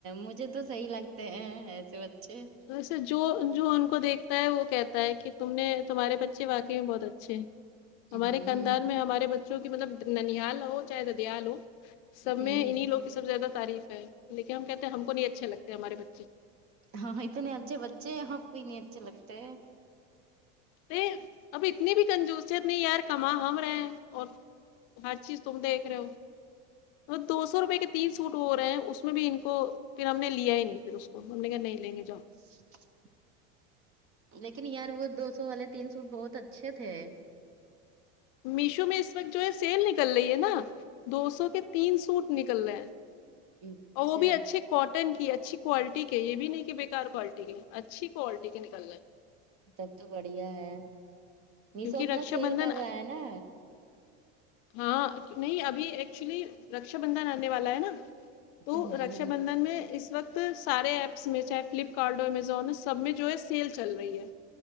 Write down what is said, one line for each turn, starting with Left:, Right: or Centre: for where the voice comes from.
Right: مجھے تو صحیح لگتے ہیں ایسے بچے
Left: ویسے جو جو ان کو دیکھتا ہے وہ کہتا ہے کہ تم نے تمہارے بچےواقعی میں بہت اچھے ہیں ہمارے
Right: ہوں
Left: خاندان میں ہمارے بچوں کی مطلب ننیاال ہو چاہے ددیال ہو سب
Right: ہوں
Left: میں انہیں لوگ کی سب سے زیادہ تعریف ہے لیکن ہم کہتے ہیں ہم کو نہیں اچھے لگتے ہمارے بچے
Right: ہاں اتنے اچھے بچے آپکو ہی نہیں اچھے لگتے
Left: ہے اب اتنی بھی کنجوسیت نہیں یار کماں ہم رہے ہیں اور ہر چیز تم دیکھ رہے ہو اور دو سو روپئے کت تین سوٹ ہو رہ ہیں اس میں بھی ان کو پھر ہم نے لیا ہی نہیں پھر اس کو ہم نے کہ نہیں لیں گے جا
Right: جی لیکن یار وہ دو سو والے تین سوٹ بہت اچھے تھے
Left: میشو میں اس وقت جو ہے سیل نکل رہی ہے نا دو سو کے تین سوٹ نکل رہے ہیں
Right: اچھا
Left: اور وہ بھی اچھے کٹ ٹن کی اچھی کوالٹی کے یہ بھی نہیں کہ بےیکار کوالٹی کے اچھی کوالٹی کے نکلنا ہے
Right: تب تو بڑھیا ہے میشو
Left: کیونکہ
Right: اپنا
Left: رکشا
Right: سیل
Left: بندھن
Right: کر رہا ہے نا
Left: ہاں نہیں ابھی ایکچولی رکشا بندھن آنے والا ہے نا تو
Right: ہوں
Left: رکشا بندھن میں اس وقت سارے ایپس میں چاہے فلپکارٹ امزون سب میں جو ہے سیل چل رہی ہے